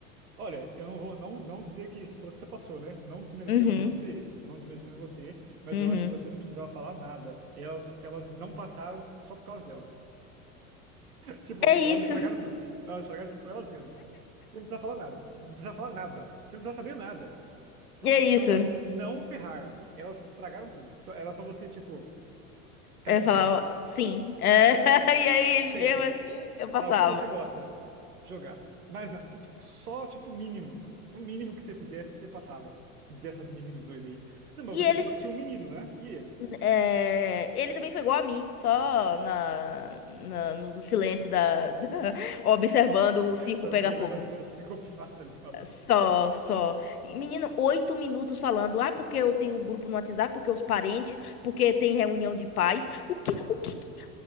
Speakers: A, on the right; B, on the left.
A: Olha, eu não vou não, não dizer que você falou que você passou, né? Não desmerecendo
B: Uhum,
A: você, não desmerecendo você, mas
B: uhum.
A: eu acho que você não precisava falar nada. Elas, elas não passaram só por causa delas. Tipo,
B: É isso,
A: elas estragaram tudo. Elas estragaram tudo pra elas mesmas. Você não precisava falar nada. Você não precisava falar nada. Você não precisava saber nada. Você
B: é
A: só precisava
B: isso.
A: não ferrar. Elas estragaram tudo. Só- era só você, tipo, ficar
B: Eu
A: de boa.
B: falava, sim. É, <laughs>
A: Sim,
B: E aí,
A: sei.
B: mesmo assim, eu passava.
A: Ah, o que que você gosta? Jogar. Mas na- só, tipo, o mínimo. O mínimo que você fizesse, você passava. Dessas meninas doidas aí. Não, mas
B: E
A: você
B: eles.
A: falou que tinha um menino, né? E ele?
B: é, Ele também foi igual a mim, só na, na- no, no silêncio da, <laughs> da- observando o circo
A: Só
B: pegar
A: observando
B: fogo.
A: as duas <laughs> psicopatas ali falando.
B: Só, só. Menino, oito minutos falando. Ah, porque eu tenho um grupo no WhatsApp, porque os parentes, porque tem reunião de pais. O que, o que que